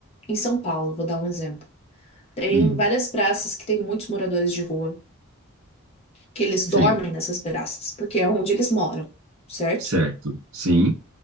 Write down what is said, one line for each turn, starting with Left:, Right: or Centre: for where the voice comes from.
Left: em São Paulo, vou dar um exemplo. Tem
Right: Hum,
Left: várias praças que tem muitos moradores de rua, que eles
Right: sim.
Left: dormem nessas praças, porque é onde eles moram, certo?
Right: Certo. Sim.